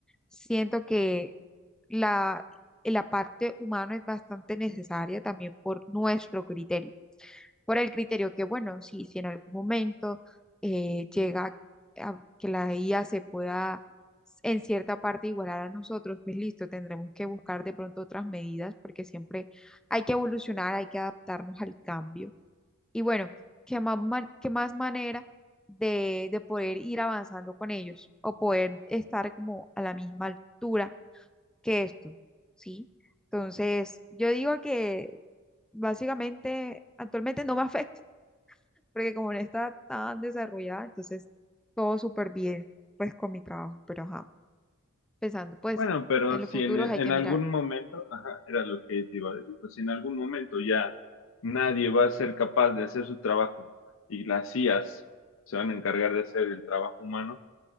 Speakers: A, in the centre; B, on the left.
A: siento que la, la parte humana es bastante necesaria también por nuestro criterio por el criterio que, bueno, sí, si en algún momento eh, llega a que la IA se pueda en cierta parte igualar a nosotros, pues listo, tendremos que buscar de pronto otras medidas porque siempre hay que evolucionar, hay que adaptarnos al cambio. Y bueno, ¿qué más, man- qué más manera de, de poder ir avanzando con ellos o poder estar como a la misma altura que esto? ¿Sí? Entonces, yo digo que básicamente actualmente no me <laughs> afecta porque como no está tan desarrollada, entonces todo súper bien, pues con mi trabajo, pero ajá, pensando, pues
B: Bueno, pero
A: en
B: si
A: los futuros
B: en, en
A: hay que
B: algún
A: mirar.
B: momento, ajá, era lo que te iba a decir, pues si en algún momento ya nadie va a ser capaz de hacer su trabajo y las IAs se van a encargar de hacer el trabajo humano,